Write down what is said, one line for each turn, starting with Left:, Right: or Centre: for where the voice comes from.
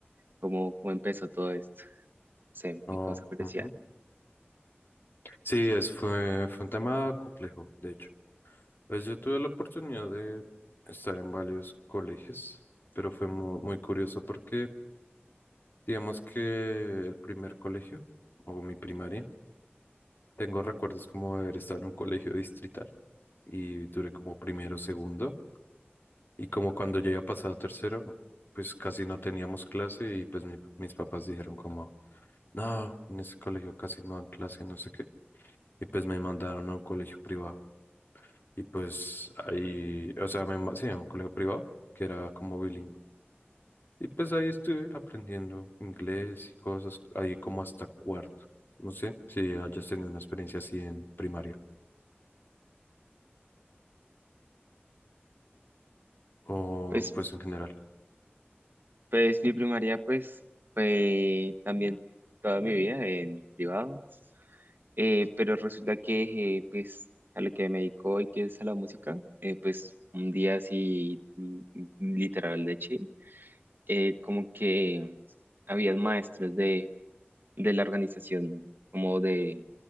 Right: cómo, cómo empezó todo esto, no sé,
Left: Oh,
Right: me causa curiosidad.
Left: ujú. Sí, es, fue, fue un tema complejo, de hecho. Pues yo tuve la oportunidad de estar en varios colegios, pero fue mu- muy, curioso porque digamos que el primer colegio, o mi primaria, tengo recuerdos como de haber estado en un colegio distrital y duré como primero, segundo, y como cuando llegué a pasar a tercero, pues casi no teníamos clase y pues mi- mis papás dijeron como... No, en ese colegio casi no dan clase, no sé qué. y pues me mandaron a un colegio privado. Y pues ahí, o sea, me, ma- sí, a un colegio privado que era como bilingüe. Y pues ahí estuve aprendiendo inglés y cosas, ahí como hasta cuarto. No sé si hayas tenido una experiencia así en primaria o
Right: Pues
Left: pues en general.
Right: Pues mi primaria pues fue también toda mi vida en privado, Eh, pero resulta que eh, pues a lo que me dedico hoy que es a la música, eh, pues un día así mm, mm, literal de chill, eh, como que habían maestros de, de la organización como de,